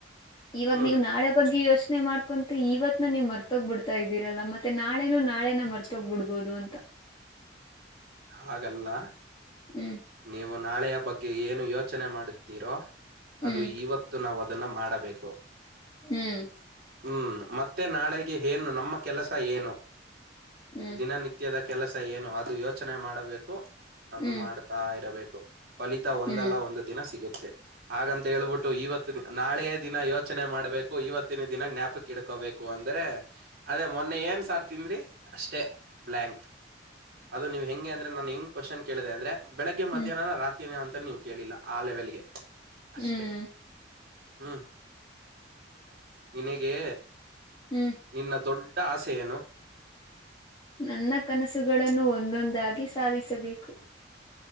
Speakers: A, on the left; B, on the right.
A: ಇವಾಗ
B: ಹ್ಮ್
A: ನೀವು ನಾಳೆ ಬಗ್ಗೆ ಯೋಚನೆ ಮಾಡ್ ಕಂತು ಇವತ್ ನ ನೀವು ಮರ್ತೋಗ್ ಬಿಡ್ ಇದೀರಲ್ಲ ಮತ್ತೆ ನಾಳೆನು ನಾಳೆನ ಮರ್ತೋಗ್ಬ ಬಿಡ್ಬೋದು ಅಂತ
B: ಹಾಗಲ್ಲ
A: ಹ್ಮ್
B: ನೀವು ನಾಳೆಯ ಬಗ್ಗೆ ಏನು ಯೋಚನೆ ಮಾಡುತ್ತೀರೋ
A: ಹ್ಮ್
B: ಅದು ಇವತ್ತು ನಾವವು ಅದನ್ನ ಮಾಡಬೇಕು
A: ಹ್ಮ್
B: ಹ್ಮ್ ಮತ್ತೆ ನಾಳೆಗೆ ಏನು ನಮ್ಮ ಕೆಲಸ ಏನು
A: ಹ್ಮ್
B: ದಿನನಿತ್ಯ ನಿತ್ಯದ ಕೆಲಸ ಏನು ಅದು ಯೋಚನೆ ಮಾಡಬೇಕು ಅದು
A: ಹ್ಮ್
B: ಮಾಡ್ತಾ ಇರಬೇಕು ಫಲಿತ ಒಂದಲ್ಲ
A: ಹ್ಮ್
B: ಒಂದು ದಿನ ಸಿಗುತ್ತೆ ಹಾಗಂತ ಹೇಳ್ಬಿಟ್ಟು ಇವತ್ತ ನಾಳೆ ದಿನ ಯೋಚನೆ ಮಾಡ್ಬೇಕು ಇವತ್ತಿನ ದಿನ ಜ್ಞಾಪಕ ಇಡ್ಕೋಬೇಕು ಅಂದ್ರೆ ಅದೇ ಮೊನ್ನೆ ಏನ್ ಸಾರ್ ತಿಂದ್ರಿ ಅಷ್ಟೇ ಬ್ಲಾಂಕ್ ನೀವು ಹೆಂಗೆಂದ್ರೆ ನಾನ ಹೆಂಗ್ವಶ್ನ್ ಕೇಳಿದೆ ಅಂದ್ರೆ ಬೆಳಗ್ಗೆ ಮ್ಯಾಹ್ನ
A: ಹ್ಮ್
B: ರತ್ರಿ ಅಂತ ನೀವು ಕೇಳಿಲ್ಲ ಆ ಲೆವೆಲ್ಗೆ
A: ಹ್ಮ್
B: ಅಷ್ಟೆ ಹ್ಮ್ ನಿನಗೆ
A: ಹ್ಮ್
B: ನಿನ್ನ ದೊಡ್ಡ ಆಸೆ ಏನು
A: ನನ್ನ ಕನಸುಗಳನ್ನು ಒಂದೊಂದಾಗಿ ಸಾಧಿಸಬೇಕು